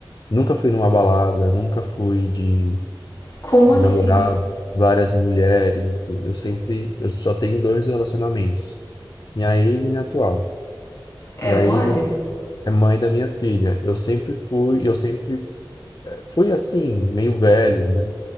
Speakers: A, on the left; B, on the left.
A: Nunca fui numa balada, nunca fui de
B: Como
A: de
B: assim?
A: namorar várias mulheres. Eu sempre eu só tenho dois relacionamentos, minha ex e minha atual.
B: É,
A: E a
B: molha?
A: ex é é mãe da minha filha. Eu sempre fui, eu sempre eh, fui assim, meio velho, né?